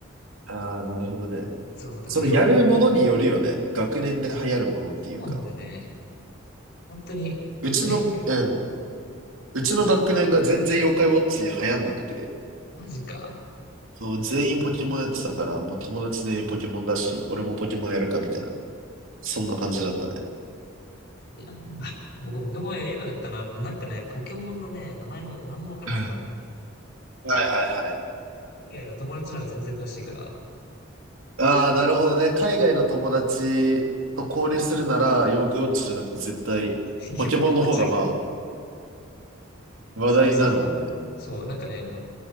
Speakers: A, on the right (about 70°); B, on the left (about 55°).
A: ああ、なるほどね。
B: そう、だから、
A: そのやるものによるよね。
B: 妖、
A: 学年で流行るものっていうか。
B: そうなんだよね。本当に、確認によるって。
A: うちの、うん。うちの学年が全然妖怪ウォッチ流行んなくて。
B: マジか。
A: そう、全員ポケモンやってたから、もう友達全員ポケモンだし、俺もポケモンやるかみたいな。そんな感じだったね。
B: いや、あ僕、ポケモンやればよかったな。もうなんかね、ポケモンのね、名前も何もわかんないから、
A: うん。はいはいはい。
B: 海外の友達の方が全然詳しいから、
A: ああ、なるほどね。海外の友達と交流するなら、ヨークウォッチじゃなくて絶対、
B: <laughs>
A: ポケモンの方がまあ、
B: よく間違え
A: 話題になるもんね。
B: そうそうね。そう、なんかね、もう、